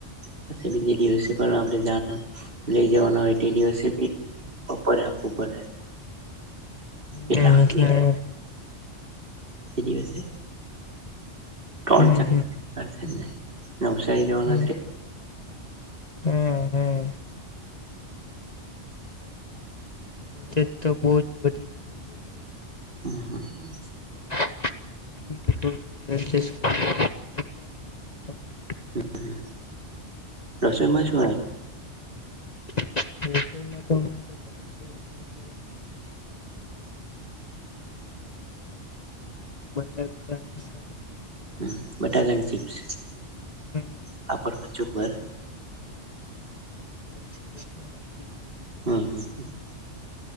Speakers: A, on the right; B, on the left.
A: પછી બીજે દિવસે પણ આપણે જાણ લઈ જવાના હોય તે દિવસે બી બપોરે આપવું પડે.
B: હે,
A: કેટલા
B: એટલે
A: એ દિવસે ત્રણ
B: હમ
A: ચાનુરીશે જ ને નવસારી જવાના
B: હમ
A: છે.
B: હમ, હમ. બજેટ તો બહુ જ વધી જતું હોય છે.
A: હા, હા, હા.
B: <unintelligible>
A: હમ, રસોઈમાં છે.
B: માં તો અરે તો તાપશે એટલે કે <unintelligible>
A: હ, બટાકાની ચીપ્સ,
B: ને
A: પાપડ, કચુમ્બર.
B: હ, અછા જ પણ રાી છે. <unintelligible>
A: હમ, હમ, હ.